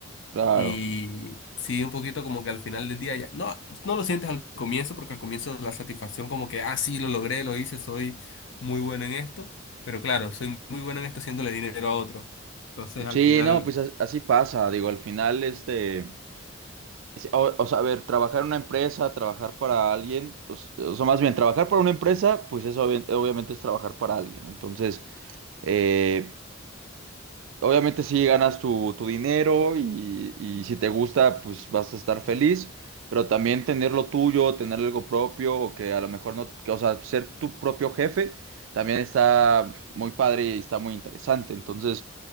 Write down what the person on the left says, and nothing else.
Y sí, un poquito como que al final del día ya, no, no lo sientes al comienzo, porque al comienzo la satisfacción como que, ah, sí, lo logré, lo hice, soy muy bueno en esto, pero claro, soy muy bueno en esto haciéndole dinero a otro. Entonces al
final,